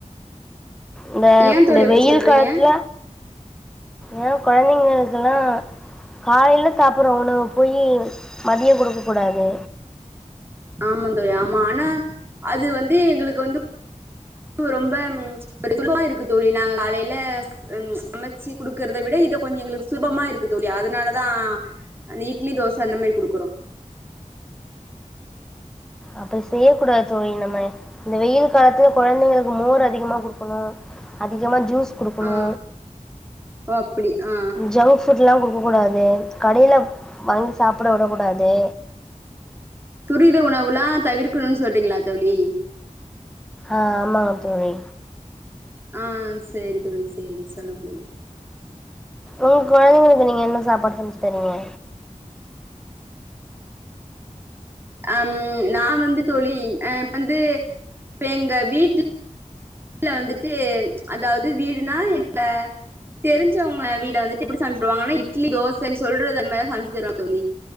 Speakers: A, in the centre; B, on the right (about 15°).
A: இந்த
B: ஏ
A: இந்த
B: தோழி அப்டி
A: வெயில்
B: சொல்றீங்க
A: காலத்துல ஏ கொழந்தைங்களுக்கெலா காலைல சாப்பிட்ற உணவ போயி மதியோ குடுக்க கூடாது
B: ஆமா தோழிஆமா ஆனா அது வந்து எங்களுக்கு வந்து ரொம்ப ஒரு சுமா இருக்கு தோழி நாங்க காலைல <unintelligible> சமைச்சு குடுக்கறதை விட இத கொஞ்ச எங்களுக்கு சுலபமா இருக்கு தோழி அதனாலதா அந்த இட்லி தோச அந்த மாரி குடுக்குறோ
A: அப்டி செய்யக்கூடாது தோழி நம்ம இந்த வெயில் காலத்துல கொழந்தைங்களுக்கு மோர் அதிகமா குடுக்கணு அதிகமா ஜூஸ் குடுக்கனு
B: ஆ ஓ அப்டி ஆ
A: ஜங்க் ஃபுட்லா குடு போ கூடாது கடையில வாங்கி சாப்பிட விடக் கூடாது
B: துரித உணவுலா தவிர்க்கணும்னு சொல்றீங்களா தோழி
A: ஆ மா தோழி
B: ஆ சேரி தோழி சேரி சொல்லுங்க தோழி
A: உங்க கொழந்தைங்களுக்கு நீங்க என்ன சாப்பாடு சமச்சு தருவீங்க
B: அம் நா வந்து தோழி அ இப் வந்து இப்ப எங்க வீட்ல வீட்ல வந்துட்டு அதாவது வீடுனா எங்க தெருஞ்சவங்க வீடுல வந்துட்டு எப்டி சமைக்குவாங்கன்னா இட்லி தோசன் சொல்றது மாரி சமச்சு தருவாங் தோழி